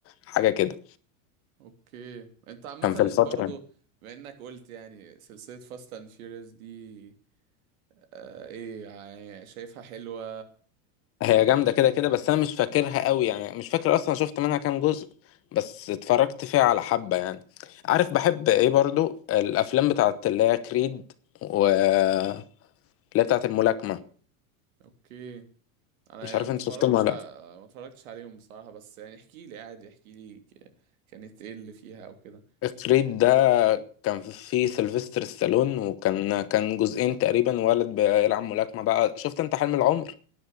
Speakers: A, on the left (about 35°); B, on the right (about 80°).
A: حاجة كده
B: اوكي انت عامة
A: كان في الفترة
B: برضو بما انك قلت يعني سلسلة فاست اند فيوريوس دي آه ايه يعني شايفها حلوة
A: هي جامدة كده كده بس أنا مش فاكرها قوي يعني مش فاكر أصلا شفت منها كام جزء بس اتفرجت فيها على حبة يعني عارف بحب إيه برضو الأفلام بتاعت اللي هي كريد و اللي هي بتاعت الملاكمة
B: اوكي انا
A: مش
B: يعني
A: عارف
B: ما
A: انت
B: اتفرجتش
A: شفتهم ولا
B: ع- ما اتفرجتش عليهم بصراحة بس يعني احكي لي عادي احكي لي ك- كانت ايه اللي فيها او كده
A: لأ كريد ده كان فيه سيلفستر ستالون وكان كان جزئين تقريبا ولد بيلعب ملاكمة بقى شفت انت حلم العمر